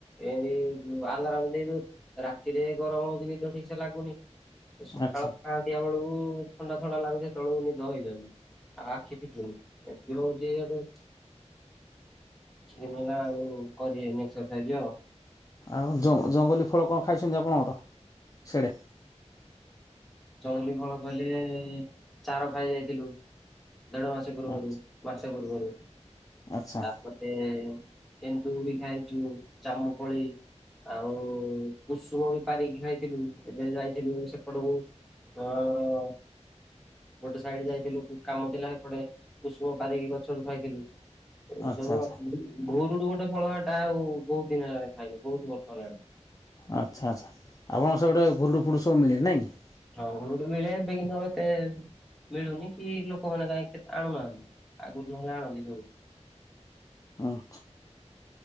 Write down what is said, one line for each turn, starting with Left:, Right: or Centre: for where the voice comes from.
Centre: ଏମତି ଆଲାରାମ୍ ଦେଇଦୋଉ ରାତିରେ ଗରମ ହୋଉଚି ନିଦ ଠିକ୍ ସେ ଲାଗୁନି। ଏ ସକାଳ
Left: ଆଚ୍ଛା।
Centre: ପାଂହାଁତିଆ ବେଳକୁ ଥଣ୍ଡା ଥଣ୍ଡା ଲାଗୁଚି। ହେତେବେଳକୁ ନିଦ ହେଇଯାଉଚି ଆ ଆଖି ଫିଟୁନି ଏମିତି ହୋଉଚି <unintelligible> କିଛିି ଦିନି ହେଲା ଆଉ କରି ହେଇନି ଏକ୍ସରସାଇଜ ଆଉ।
Left: ଆଉ ଜଅ ଜଙ୍ଗଲୀ ଫଳ କଣ ଖାଇଚନ୍ତି ଆପଣଙ୍କର ସିଆଡେ?
Centre: ଜଙ୍ଗଲୀ ଫଳ କହିଲେ ଚାର ଖାଇ ଯାଇଥିଲୁ। ଦେଢ ମାସ ପୂର୍ବରୁ
Left: ଆଚ୍ଛା
Centre: ମାସେ ପୂର୍ବରୁ
Left: ଆଚ୍ଛା
Centre: ତାପରେ କେନ୍ଦୁ ବି ଖାଇଚୁ ଜାମୁକୋଳି ଆଉ କୁଷୁମ ବି ପାରିକି ଖାଇଥିଲୁ ଏବେ ଯାଇଥିଲୁ ସେପଟକୁ ହଁ ର <unintelligible> ଗୋଟେ ସାଇଡି ଯାଇଥିଲୁ କାମଥିଲା ଏପଟେ କୁଷୁମ ପାରିକି ଗଛରୁ ଖାଇଥିଲୁ। ଏମିତି
Left: ଆଚ୍ଛା
Centre: ସବୁ ଆଉ <unintelligible> ଭୁର୍ ରୁୁ ଯୋଉ ଗୋଟେ ଫଳ ହେଟା ଆଉ ବୋହୁତ ଦିନ ହେଲାଣି ଖାଇନି, ବୋହୁତ ବର୍ଷ ହେଲାଣି।
Left: ଆଚ୍ଛା ଆଚ୍ଛା ଆପଣଙ୍କ ସେପଟେ ଘୁରୁଡ ଫୁରୁଡ ସବୁ ମିଳେ ନାଇଁ କି?
Centre: ଆଗୁରୁ ବି ମିଳେ ଏବେ କିନ୍ତୁ ଆଉ ଏତେ ମିଳୁନି କି ଲୋକମାନେ କାହିଁ କେତେ ଆଣୁନାହାନ୍ତି। ଆଗରୁ ନହେଲେ ଆଣନ୍ତି ଜୋରକୁ। <unintelligible>
Left: ହଁ।